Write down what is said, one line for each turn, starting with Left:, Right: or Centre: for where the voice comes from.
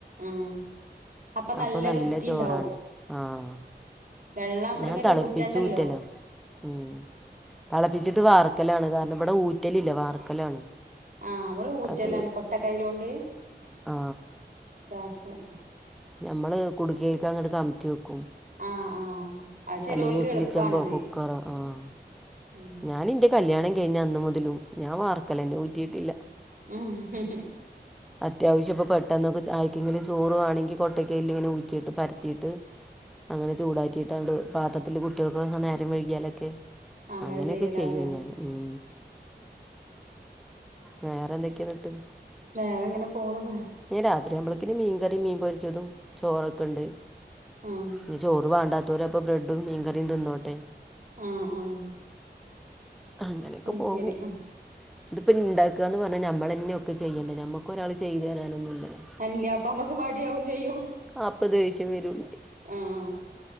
Right: ആഹ് അപ്പൊ
Centre: അപ്പോ നല്ല
Right: വൃത്തിണ്ടാവും
Centre: ചോറാവും ആഹ്.
Right: വെള്ളം നമ്മളിങ്ങനെ
Centre: ഞാൻ തളപ്പിച്ചൂറ്റല
Right: ഊറ്റണ്ടല്ലോ
Centre: ഉം. തളപ്പിച്ചിട്ട് വാർക്കലാണ് കാരണം ഇവടെ ഊറ്റലില്ല വാർക്കലാണ്
Right: ആഹ് ഇവള് ഊറ്റല്ലാണ്
Centre: അത്
Right: കൊട്ട കൈയിലോണ്ട്
Centre: ആ
Right: ഇതാക്കും
Centre: ഞമ്മള് കുടുക്കേക്കങ്ങട്ട് കമത്തി വെക്കും
Right: ആഹ് ആഹ് അത് ചെലോൽക്ക്
Centre: അല്ലെങ്കി ഇഡ്ലി
Right: എളുപ്പാണത്
Centre: ചെമ്പോ കുക്കറോ ആഹ്
Right: ഉം
Centre: ഞാൻ ഇന്റെ കല്യാണം കഴിഞ്ഞന്ന് മുതലും ഞാൻ വാർക്കലെന്നെ ഊറ്റിയിട്ടില്ല
Right: മ്ഹ്
Centre: അത്യാവശ്യ ഇപ്പൊ പെട്ടെന്നൊക്കെ ച ആർക്കെങ്കിലും ചോറു വാണെങ്കി കൊ ട്ട കൈല് ഇങ്ങനെ ഊറ്റിട്ട് പരത്തീട്ട് അങ്ങനെ ചൂടാറ്റിയിട്ടാണ്ട് പാത്രത്തില് കുട്ടിയൾക്കങ്ങെ നേരം വെഴ്ക്കിയാലൊക്കെ
Right: അങ്ങനെ
Centre: അങ്ങനെക്കെ
Right: ചെയ്യലാവൂലേ
Centre: ചെയ്യും ഞാൻ ഉം വേറെ എന്തെക്കെ ന്ന്ട്ട്
Right: വേറെ ഇങ്ങനെ പോണ്താ
Centre: പിന്നെ രാത്രി ആവുമ്പളേക്കിനും മീൻ കറി മീൻ പൊരിച്ചതും ചോറൊക്കെണ്ട്
Right: ആഹ്
Centre: ഇഞ്ഞി ചോറ് വാണ്ടാത്തോല് അപ്പൊ ബ്രെഡും മീൻകറിം തിന്നോട്ടെ
Right: ആഹ് ആഹ്
Centre: അങ്ങനെക്കെ
Right: അയ്
Centre: പോകും
Right: ശരി
Centre: ഇത്പ്പം ഇണ്ടാക്കാന്ന് പറഞ്ഞാ നമ്മളെന്നെ ഒക്കെ ചെയ്യേണ്ടേ നമ്മക്കൊരാള് ചെയ്ത് തരാനൊന്നും ഇല്ലല്ലോ
Right: അൻല്ലാ അപ്പൊ അമ്മക്ക് മടിയാവും ചെയ്യും
Centre: അപ്പൊ ദേഷ്യം വരോള്ളു <unintelligible>
Right: ആഹ്